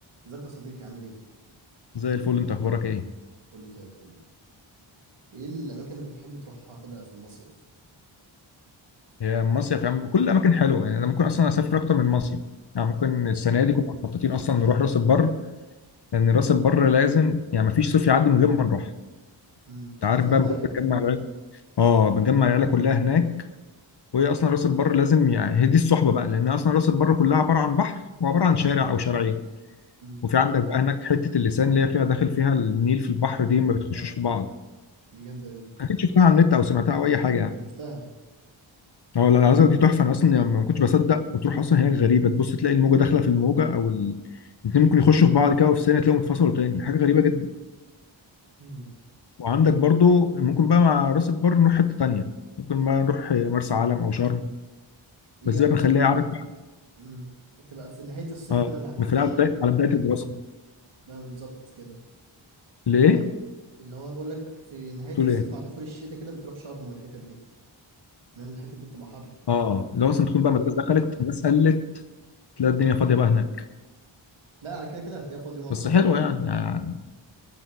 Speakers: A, on the right; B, on the left.
A: ازيك يا صديقي عامل ايه؟
B: زي الفل انت اخبارك ايه
A: كله زي الفل ايه الاماكن اللي بتحب تروحها كده في المصيف؟
B: يا مصيف يا عم كل الاماكن حلوه يعني انا ممكن اصلا اسافر اكتر من مصيف يعني ممكن
A: امم
B: السنه دي كنا مخططين اصلا نروح راس البر لان راس البر لازم يعني ما فيش صيف يعدي من غير ما نروح
A: امم
B: انت عارف
A: انا سمعت
B: بقى بنروح
A: انها حلوه
B: بنجمع العيله اه بنجمع العيله كلها هناك وهي اصلا راس البر لازم يعني هي دي الصحبه بقى لان اصلا راس البر كلها عباره عن بحر وعباره عن شارع او شارعين
A: امم
B: وفي عندك بقى هناك حته اللسان اللي هي فيها داخل فيها النيل في البحر دي ما بتخشوش
A: اه
B: في بعض
A: دي جامده أوي دي
B: اكيد شفتها على النت او سمعتها او اي حاجه يعني
A: شفتها
B: اه لا العزا دي تحفه انا اصلا يعني ما كنتش بصدق وتروح اصلا هناك غريبه تبص تلاقي الموجه داخله في الموجه او ال... الاتنين ممكن يخشوا في بعض كده وفي ثانيه تلاقيهم اتفصلوا تاني حاجه غريبه جدا
A: امم
B: وعندك برضو ممكن بقى مع راس البر نروح حته تانيه ممكن بقى نروح مرسى علم او شرم
A: ايه
B: بس دي بقى
A: اكتر
B: بنخليها
A: ح...
B: عارف بقى
A: امم تبقى في نهايه الصيف
B: اه
A: كده مع دخول
B: بنخليها
A: الشتاء
B: على بدايه على بدايه الدراسه
A: بقى بالظبط كده
B: ليه؟
A: طب اللي هو بقول لك في نهايه
B: تقول
A: الصيف
B: ايه؟
A: مع دخول الشتاء كده بتروح شرم والحتت دي لان الحتت دي بتبقى حر
B: اه لو اصلا تكون بقى مدارس دخلت الناس قلت تلاقي
A: امم
B: الدنيا فاضيه بقى هناك
A: لا كده كده هتلاقيها فاضيه معظم
B: بس
A: الوقت
B: حلوه يعني, يعني